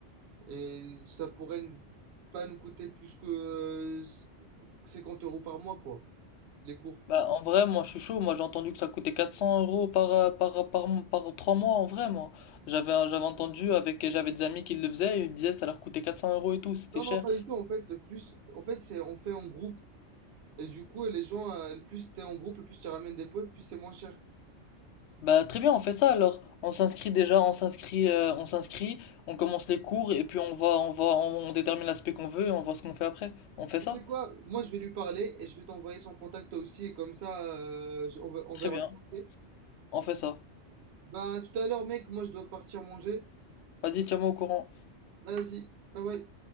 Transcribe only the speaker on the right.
et ça pourrait n- pas nous coûter plus que euh, 50 euros par mois, quoi, les cours.
Non,
non, pas du tout. En fait, le plus, en fait, c'est, on fait en groupe. Et du coup, les gens, euh, le plus t'es en groupe, le plus tu ramènes des potes, le plus c'est moins cher.
Tu sais quoi? Moi, je vais lui parler et je vais t'envoyer son contact toi aussi et comme ça, euh, je- on va- on
verra.
Ok
Bah, tout à l'heure, mec, moi je dois partir manger.
Vas-y, ah ouais.